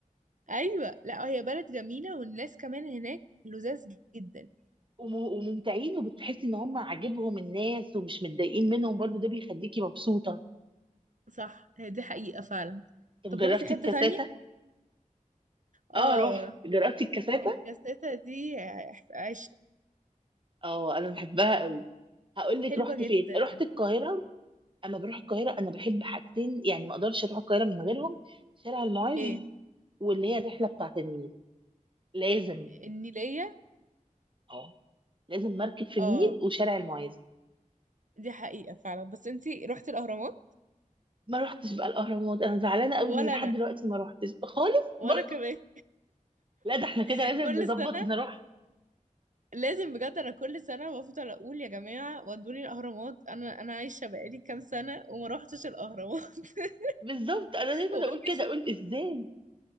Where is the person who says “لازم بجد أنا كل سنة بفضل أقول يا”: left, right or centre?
Right